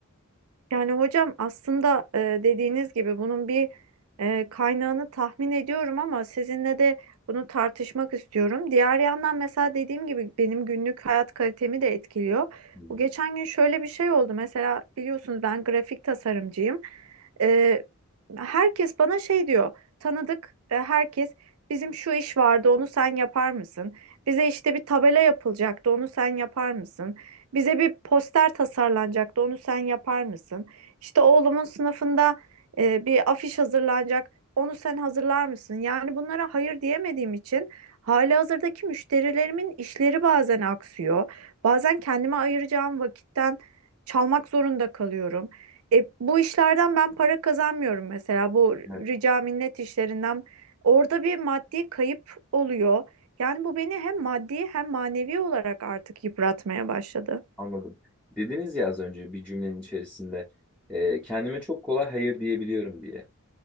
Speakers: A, on the right; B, in the centre.
A: Yani hocam aslında e, dediğiniz gibi bunun bir e, kaynağını tahmin ediyorum ama sizinle de bunu tartışmak istiyorum. Diğer yandan mesela dediğim gibi benim günlük hayat kalitemi de etkiliyor.
B: Hı hı.
A: Bu geçen gün şöyle bir şey oldu. Mesela biliyorsunuz ben grafik tasarımcıyım. E, herkes bana şey diyor. Tanıdık e, herkes bizim şu iş vardı onu sen yapar mısın? Bize işte bir tabela yapılacaktı onu sen yapar mısın? Bize bir poster tasarlanacaktı. Onu sen yapar mısın? İşte oğlumun sınıfında e, bir afiş hazırlanacak. Onu sen hazırlar mısın? Yani bunlara hayır diyemediğim için halihazırdaki müşterilerimin işleri bazen aksıyor. Bazen kendime ayıracağım vakitten çalmak zorunda kalıyorum. E, bu işlerden ben para kazanmıyorum mesela bu rica
B: Evet,
A: minnet işlerinden. Orada bir maddi kayıp oluyor. Yani bu beni hem maddi hem manevi olarak artık yıpratmaya başladı.
B: anladım. Dediniz ya az önce bir cümlenin içerisinde e, kendime çok kolay hayır diyebiliyorum diye.